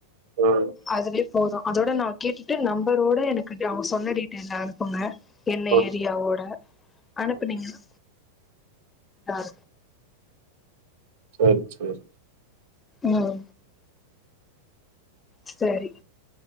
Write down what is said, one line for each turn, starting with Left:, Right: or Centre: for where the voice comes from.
Right: ம்
Left: அதுலே போதும் அதோட நான் கேட்டுட்டு நம்பரோட எனக்கு அவுங்க சொன்ன டீட்டெய்ல அனுப்புங்க என்ன
Right: ம்
Left: ஏரியாவோட அனுப்புனிங்கநா
Right: ம்
Left: ஆ
Right: சேரி சேரி
Left: ம் சேரி